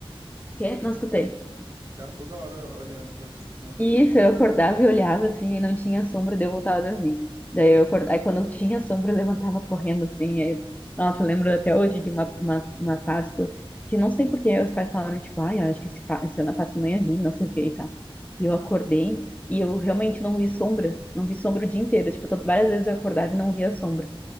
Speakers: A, on the left; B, on the right.
A: Quê? Não escutei.
B: Ficava toda hora olhando pra ver se tinha chego.
A: E isso, eu acordava e olhava assim, e não tinha sombra, daí eu voltava a dormir. Daí eu acordava, aí quando eu tinha sombra, eu levantava correndo assim. Aí, nossa, eu lembro até hoje de uma, uma, uma Páscoa que não sei por que os pais falaram, tipo, ai, eu acho que esse, pa- esse ano a Páscoa não ia vir, não sei o que e tal. E eu acordei e eu realmente não vi sombra, não vi sombra o dia inteiro. Tipo, to- várias vezes eu acordava e não via sombra.